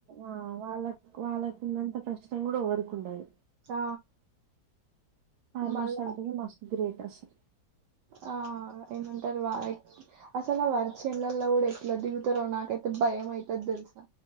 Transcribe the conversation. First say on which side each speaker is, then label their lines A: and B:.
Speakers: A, on the right (about 80°); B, on the right (about 70°).
A: ఆ వాళ్ళక్ వాళ్ళకున్నంత కష్ ష్టం కూడా ఎవ్వరికుండది
B: ఆ
A: ఆర్
B: మళ్ళా
A: మోస్ట్ అంటే నే మస్తు గ్రేట్ అసలు
B: ఆ ఏమంటారు వా అసలా వర చేన్లలల్ల కుడా ఎట్ల దిగుతరో నాకైతే భయం అయితది తెల్సా